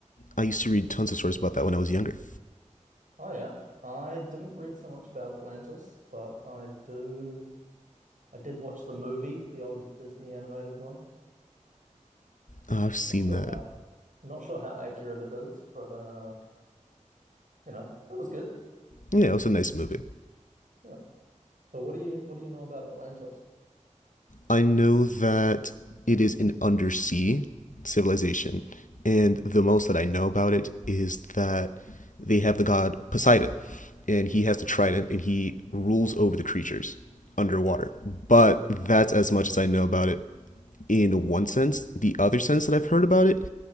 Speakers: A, on the left; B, on the right.
A: I used to read tons of stories about that when I was younger.
B: Oh yeah. I didn't read so much about Atlantis, but I do I did watch the movie, the old Disney animated one.
A: Uh, I've seen
B: I'm not sure
A: that.
B: how not sure how accurate it is, but uh, you know, it was good.
A: Yeah, it was a nice movie.
B: Yeah. So what do you what do you know about Atlantis?
A: I know that it is an undersea civilization, and the most that I know about it is that they have the god Poseidon, and he has the trident, and he rules over the creatures underwater. But that's as much as I know about it. In one sense, the other sense that I've heard about it